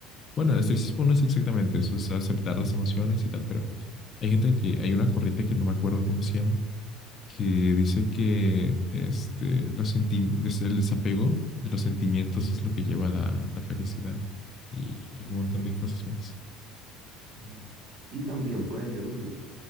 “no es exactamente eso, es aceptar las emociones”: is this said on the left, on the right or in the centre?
Left